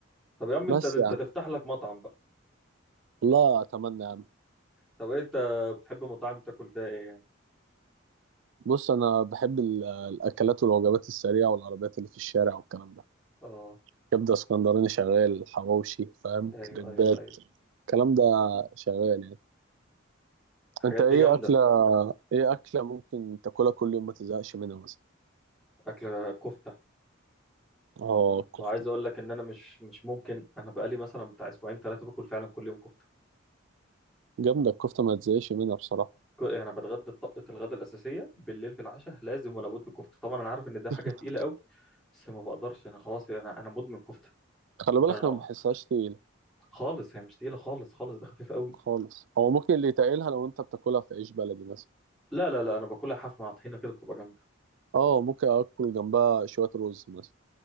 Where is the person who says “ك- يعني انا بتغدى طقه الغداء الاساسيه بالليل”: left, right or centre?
Centre